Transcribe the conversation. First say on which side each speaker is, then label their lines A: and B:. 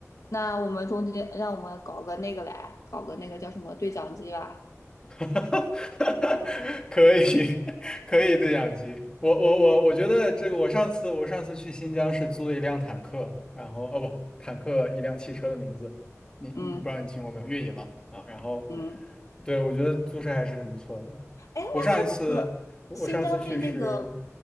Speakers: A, on the left; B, on the left.
A: 那我们中间，让我们搞个那个来，搞个那个叫什么对讲机吧。
B: <laughs> 可以，<laughs> 可以对讲机。我我我我觉得这个，我上次我上次去新疆是租了一辆坦克，然后哦不，坦克一辆汽车的名字，你你我不知道你听过没有？
A: 嗯
B: 越野嘛啊，然后
A: 嗯，
B: 对我觉得租车还是很不错的。
A: 哎，那他那个新疆对那个
B: 我上一次我我上次去是